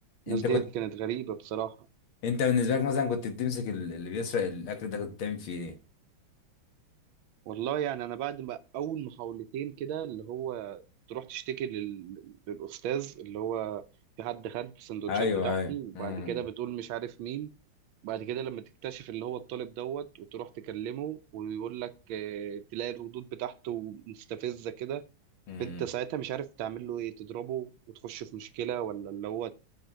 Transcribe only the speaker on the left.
انت
كنت
انت بالنسبه لك مثلا كنت بتمسك ال- اللي بيسرق الاكل ده كنت بتعمل فيه ايه
ايوه
ايوه
امم
امم